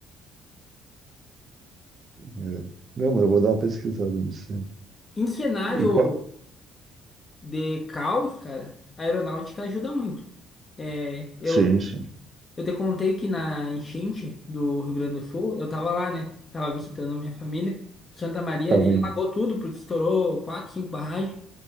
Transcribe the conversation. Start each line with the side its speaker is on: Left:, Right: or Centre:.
Right: É. Não, mas eu vou dar uma pesquisada nisso. aí.
Left: Em cenário
Right: E qual...
Left: de caos, cara, a aeronáutica ajuda muito. É, eu
Right: Sim, sim.
Left: Eu te contei que na enchente do Rio Grande do Sul, eu tava lá, né? Tava visitando minha família. Santa Maria
Right: Tá
Left: ali
Right: vendo?
Left: alagou tudo, porque estourou quatro, cinco barragens